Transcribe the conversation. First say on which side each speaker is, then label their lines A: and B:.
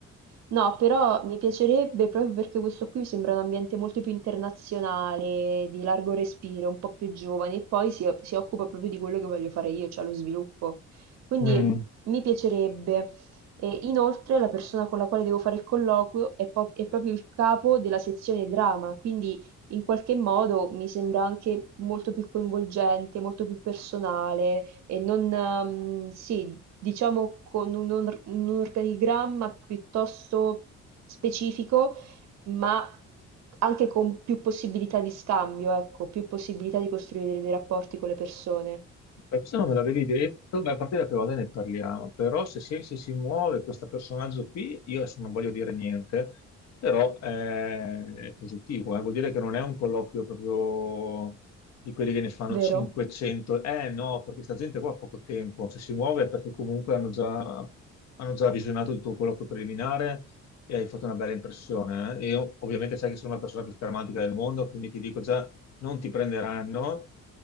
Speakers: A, on the right (about 65°); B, on the left (about 60°).
A: No, però mi piacerebbe proprio perché questo qui mi sembra un ambiente molto più internazionale, di largo respiro, un po' più giovane, e poi si, si occupa proprio di quello che voglio fare io, cioè lo sviluppo. Quindi
B: mm.
A: mi piacerebbe. E inoltre la persona con la quale devo fare il colloquio è, po- è proprio il capo della sezione drama, quindi in qualche modo mi sembra anche molto più coinvolgente, molto più personale e non, ehm, sì, diciamo con un, or- un organigramma piuttosto specifico, ma anche con più possibilità di scambio, ecco, più possibilità di costruire dei rapporti con le persone,
B: Per questo non me l'avevi detto, beh, a parte la prima volta ne parliamo, però se si, se si muove questo personaggio qui, io adesso non voglio dire niente, però eh, è positivo, eh, Vuol dire che non è un colloquio proprio di quelli che ne fanno
A: vero?
B: 500, eh no, perché sta gente qua ha poco tempo, se si muove è perché comunque hanno già, hanno già visionato il tuo colloquio preliminare e hai fatto una bella impressione, eh. Io ovviamente sai che sono la persona più scaramantica del mondo, quindi ti dico già, non ti prenderanno